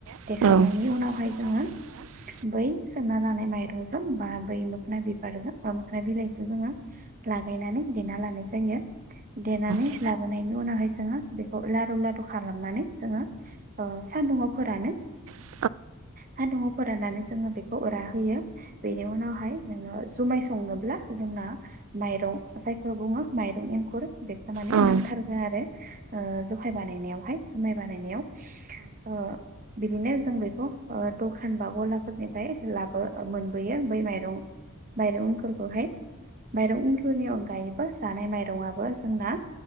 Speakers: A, on the right; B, on the right.
A: औ
B: देखांनायनि उनावहाय जोङो
A: <unintelligible>
B: बै सोमना लानाय माइरंजों बा बै मोखना बिबारजों बा मोखना बिलाइजों जोंङो लागायनानै देना लानाय जायो देनानै
A: औ
B: लाबोनायनि उनावहाय जोङो बेखौ लारु लारु खालामनानै जोङो ओ सान्दुुंङाव फोरानो।
A: औ
B: सान्दुंङाव फोराननानै जोङो बेखौ रा होयो बेनि उनावहाय नोङो जुमाय संनोब्ला जों <unintelligible> माइरं जायखौ बुङो माइरं एंखुर बेखो माने
A: औ
B: नांथारगो
A: औ नंगौ औ
B: आरो ओ जखाय बानायनायावहाय जुमाय बानायनायाव ओ बिदिनो जों बेखौ ओ दखान बा गलाफोरनिफ्राय लाबो मोनबोयो बै माइरं माइरं एंखुरखौहाय माइरं एंखुरनि अनगायैबो जानाय माइरंआबो जोंना